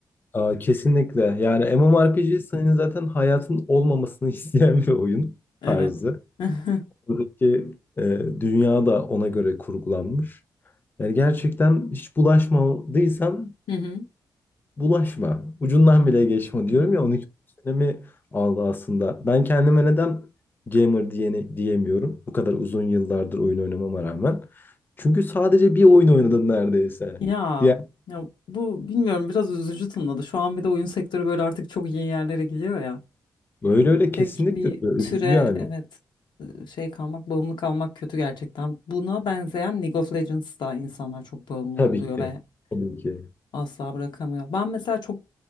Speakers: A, on the left; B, on the left.
A: Aa, kesinlikle. Yani
B: Hmm.
A: MMORPG senin zaten hayatın olmamasını <laughs> isteyen bir oyun
B: Evet.
A: tarzı.
B: <laughs> Hı
A: Buradaki e, dünya da ona göre kurgulanmış. Yani gerçekten hiç bulaşmadıysan
B: hı.
A: bulaşma. Ucundan bile geçme diyorum
B: Hmm.
A: ya 12 senemi aldı aslında. Ben kendime neden gamer diyene, diyemiyorum. Bu kadar uzun yıllardır oyun oynamama rağmen. Çünkü sadece bir oyun oynadım neredeyse.
B: Ya,
A: Diğer,
B: ya bu bilmiyorum biraz üzücü tınladı. Şu an bir de oyun sektörü böyle artık çok iyi yerlere gidiyor ya.
A: öyle öyle
B: Tek
A: kesinlikle
B: bir
A: öyle.
B: türe
A: Üzücü yani.
B: evet e, şey kalmak, bağımlı kalmak kötü gerçekten. Buna benzeyen League of Legends'da insanlar çok bağımlı
A: Tabii
B: oluyor
A: ki.
B: ve
A: Tabii ki.
B: asla bırakamıyor. Ben mesela çok